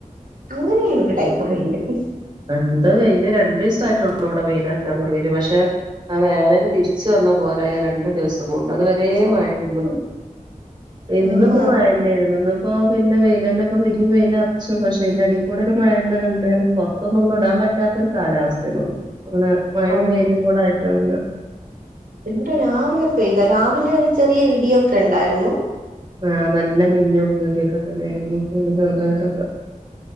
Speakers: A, on the right (about 80°); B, on the right (about 30°).
A: അങ്ങനെയാണ് അ <unintelligible>
B: എന്ത് വെയില് രണ്ടു ദിവസ ആയിട്ടുള്ളൂ ഇവിടെ വെയിൽറക്കാൻ തുടങ്ങിും പക്ഷെ ആ വേനൽ തിരിച്ച വന്ന പോലെ രണ്ടു ദിവസം പോണൊണ്ട് അത് വരേ
A: സത്യം
B: മഴായിരുന്നു ഇന്നി
A: ആഹ്
B: ഇപ്പോ
A: അത്
B: മഴ തന്നെയായിരുന്നു ഇപ്പൊ പിന്നെ വെയിലന്നപ്പ പിന്ന വെയില അറച്ചു പക്ഷെ അതിന്റെ അടിൽ കൂടെ ഒരു മഴന്തണ്ടാലരുന്നു പുറത്തൊന്ന ഒന്നും ഇടാൻ പറ്റാത്തൊ ഒരു കാലാവസ്ഥയിന്നൊന്നും അങ്ങനെ മഴയും
A: ഓ
B: വെയിലും കൂട ആയിട്ട് അങ്െ
A: എടെ രാവിലെ പെയ്താ രാവിലെ ഒരു ചെറിയ ഇടി ഒക്കെ ഉണ്ടായിരുന്നു
B: ആഹ് നല്ല മിന്നുംീടിയൊക്കെ തന്നെയ ആായിരുന്നു ചെറുതായിട്ടൊക്കെ